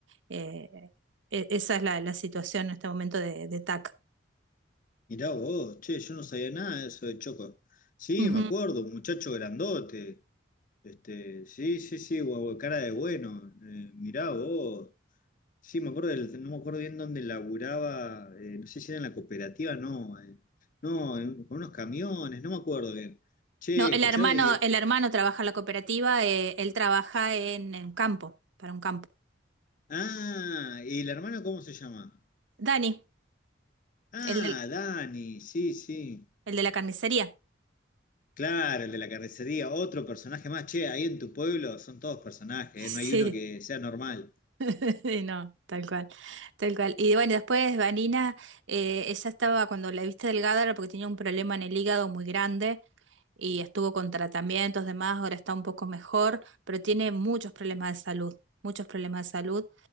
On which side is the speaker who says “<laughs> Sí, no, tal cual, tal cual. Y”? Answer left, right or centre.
Right